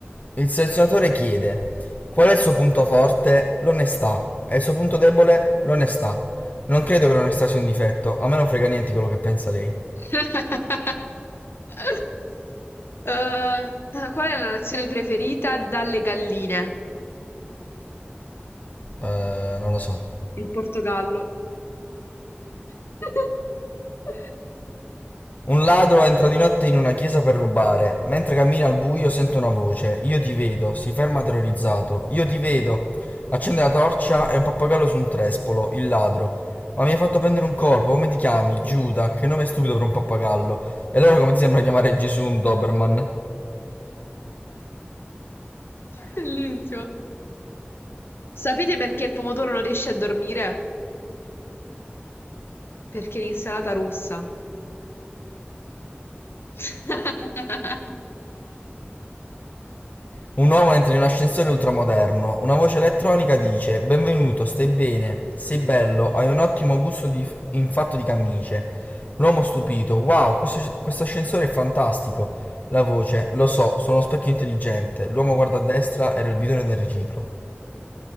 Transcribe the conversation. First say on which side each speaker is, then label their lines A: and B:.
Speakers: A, on the left; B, on the left.
A: eh, il selezionatore chiede qual è il suo punto forte? L'onestà. E il suo punto debole? L'onestà. Non credo che l'onestà sia un difetto, a me non frega niente quello che pensa lei.
B: <laughs> Eh, qual è la nazione preferita dalle galline?
A: Eh, non lo so.
B: Il Portogallo. <laughs>
A: Un ladro entra di notte in una chiesa per rubare. Mentre cammina al buio sente una voce. Io ti vedo. Si ferma terrorizzato. Io ti vedo. Accende la torcia e un pappagallo su un trespolo. Il ladro. Ma mi hai fatto prendere un colpo. Come ti chiami? Giuda. Che nome stupido per un pappagallo. E allora come ti sembra chiamare Gesù un Doberman?
B: Bellissimo. Sapete perché il pomodoro non riesce a dormire? Perché l'insalata rossa. <laughs>
A: Un uomo entra in un ascensore ultramoderno. Una voce elettronica dice: Benvenuto, stai bene, sei bello, hai un ottimo gusto di- in fatto di camicie. L'uomo stupito: Wow, questo, questo ascensore è fantastico. La voce: Lo so, sono uno specchio intelligente. L'uomo guarda a destra, era il bidone del riciclo.